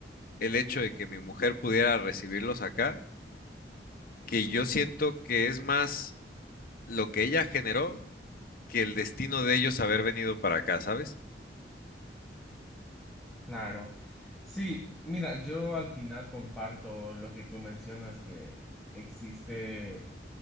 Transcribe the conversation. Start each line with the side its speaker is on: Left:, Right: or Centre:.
Left: el hecho de que mi mujer pudiera recibirlos acá, que yo siento que es más lo que ella generó que el destino de ellos haber venido para acá, ¿sabes?
Centre: claro. Sí, mira, yo al final comparto lo que tú mencionas, que existe